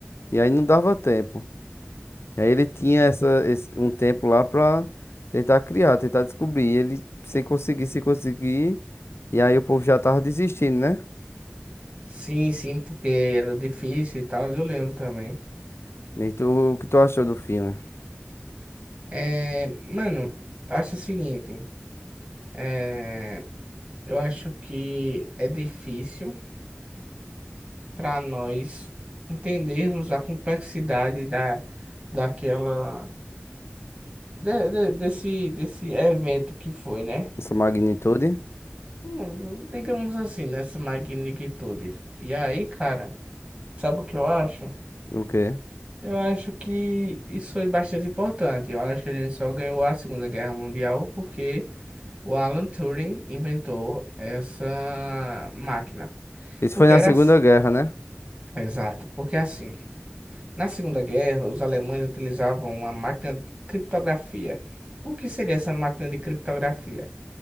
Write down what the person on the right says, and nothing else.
Sim, sim, porque era difícil e tal, eu lembro também.
É, mano, eu acho o seguinte, é, eu acho que é difícil para nós entendermos a complexidade da, daquela, de- de- desse, desse evento que foi, né?
Hum, digamos assim, nessa magnitude. E aí, cara, sabe o que eu acho?
Eu acho que isso foi bastante importante. Eu acho que a gente só ganhou a Segunda Guerra Mundial porque o Alan Turing inventou essa máquina.
Porque
era
assim.
Exato, porque assim, na Segunda Guerra, os alemães utilizavam uma máquina de criptografia. O que seria essa máquina de criptografia?